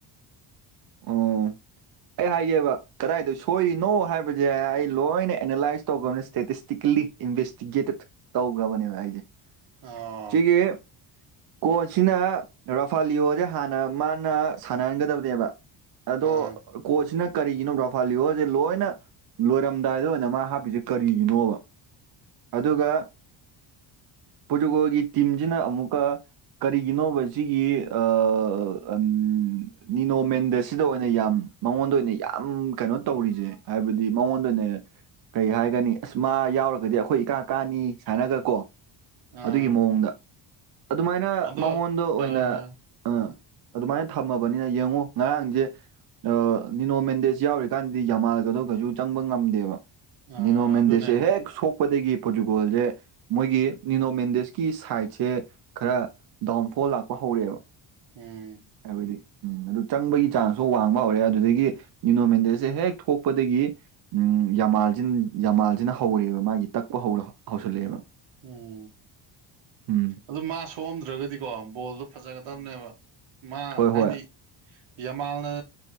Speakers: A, on the right; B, on the right.
A: <inaudible>
B: ꯑꯣ ꯑꯩ ꯍꯥꯏꯒꯦꯕ ꯀꯗꯥꯏꯗ ꯁꯣꯏꯔꯤꯅꯣ ꯍꯥꯏꯕꯁꯦ ꯑꯩ ꯂꯣꯏꯅ ꯑꯦꯅꯥꯂꯥꯏꯁ ꯇꯧꯒꯝꯅꯦ ꯏꯁꯇꯦꯇꯤꯁꯇꯤꯛꯂꯤ ꯏꯟꯚꯦꯁꯇꯤꯒꯦꯇꯦꯠ ꯇꯧꯒ꯭ꯔꯕꯅꯦꯕ ꯑꯩꯁꯦ
A: ꯑꯣ
B: ꯁꯤꯒꯤ ꯀꯣꯆꯁꯤꯅ ꯔꯥꯐꯥꯂꯤꯌꯣꯖꯦ ꯍꯥꯟꯅ ꯃꯥ ꯅ ꯁꯥꯟꯅꯍꯟꯒꯗꯕꯅꯦꯕ ꯑꯗꯣ
A: ꯑꯥ
B: ꯀꯣꯆꯁꯤꯅ ꯀꯔꯤꯒꯤꯅꯣ ꯔꯥꯐꯥꯜꯂꯤꯌꯣꯖꯦ ꯂꯣꯏꯅ ꯂꯣꯏꯔꯝꯗꯥꯏꯗ ꯑꯣꯏꯅ ꯃꯥ ꯍꯥꯞꯄꯤꯁꯦ ꯀꯔꯤꯒꯤꯅꯣꯕ ꯑꯗꯨꯒ ꯄꯣꯔꯇꯨꯒꯣꯜꯒꯤ ꯇꯤꯝꯖꯤꯅ ꯑꯃꯨꯛꯀꯥ ꯀꯔꯤꯒꯤꯅꯣꯕ ꯁꯤꯒꯤ ꯑꯥ ꯑꯝ ꯅꯤꯅꯣꯃꯦꯟꯗꯦꯁ ꯑꯣꯏꯅ ꯌꯥꯝ ꯃꯉꯣꯟꯗ ꯑꯣꯏꯅ ꯌꯥꯝ ꯀꯩꯅꯣ ꯇꯧꯔꯤꯖꯦ ꯍꯥꯏꯕꯗꯤ ꯃꯉꯣꯟꯗ ꯑꯣꯏꯅ ꯀꯩ ꯍꯥꯏꯒꯅꯤ ꯑꯁ ꯃꯥ ꯌꯥꯎꯔꯒꯗꯤ ꯑꯩꯈꯣꯏ ꯏꯀꯥ ꯀꯥꯅꯤ ꯁꯥꯏꯅꯒꯥꯀꯣ
A: ꯑꯥ
B: ꯑꯗꯨꯒꯤ ꯃꯑꯣꯡꯗ ꯑꯗꯨꯃꯥꯏꯅ
A: ꯑꯗꯣ
B: ꯃꯉꯣꯟꯗ ꯑꯣꯏꯅ
A: ꯑꯥ
B: ꯑꯥ ꯑꯗꯨꯃꯥꯏꯅ ꯊꯝꯃꯕꯅꯤꯅ ꯌꯦꯡꯉꯨ ꯉꯔꯥꯡꯖꯦ ꯑꯥ ꯅꯤꯅꯣ ꯃꯦꯟꯗꯦꯁ ꯌꯥꯎꯔꯤꯀꯥꯟꯗꯗꯤ ꯌꯥꯝꯃꯥꯜꯒꯗꯣ ꯀꯩꯁꯨ ꯆꯪꯕ ꯉꯝꯗꯦꯕ
A: ꯑꯥ
B: ꯅꯤꯅꯣ ꯃꯦꯟꯗꯦꯁ
A: ꯑꯗꯨꯅꯦ
B: ꯁꯦ ꯍꯦꯛ ꯁꯣꯛꯄꯗꯒꯤ ꯄꯣꯔꯇꯨꯒꯣꯜꯖꯦ ꯃꯣꯏꯒꯤ ꯅꯤꯅꯣꯃꯦꯟꯗꯦꯁꯀꯤ ꯁꯥꯏꯠꯁꯦ ꯈꯔ ꯗꯥꯎꯟꯐꯣꯜ ꯂꯥꯛꯄ ꯍꯧꯔꯛꯑꯦꯕ
A: ꯎꯝ
B: ꯍꯥꯏꯕꯗꯤ ꯎꯝ ꯑꯗꯨ ꯆꯪꯕꯒꯤ ꯆꯥꯟꯁ ꯁꯨ ꯋꯥꯡꯕ ꯍꯧꯔꯦ ꯑꯗꯨꯗꯒꯤ ꯅꯤꯅꯣꯃꯦꯟꯗꯦꯁꯦ ꯍꯦꯛ ꯊꯣꯛꯄꯗꯒꯤ ꯎꯝ ꯌꯥꯝꯃꯥꯜꯖꯤꯅ ꯌꯥꯝꯃꯥꯜꯖꯤꯅ ꯍꯧꯔꯦꯕ ꯃꯥꯒꯤ ꯇꯛꯄ ꯍꯧ ꯍꯧꯁꯜꯂꯛꯑꯦꯕ
A: ꯎꯝ
B: ꯎꯝ
A: ꯑꯗꯨ ꯃꯥ ꯁꯣꯛꯑꯝꯗ꯭ꯔꯒꯗꯤꯀꯣ ꯕꯣꯜꯗꯣ ꯐꯖꯒꯗꯕꯅꯦꯕ ꯃꯥ
B: ꯍꯣꯏ
A: ꯍꯥꯏꯗꯤ
B: ꯍꯣꯏ
A: ꯌꯥꯝꯃꯥꯜꯅ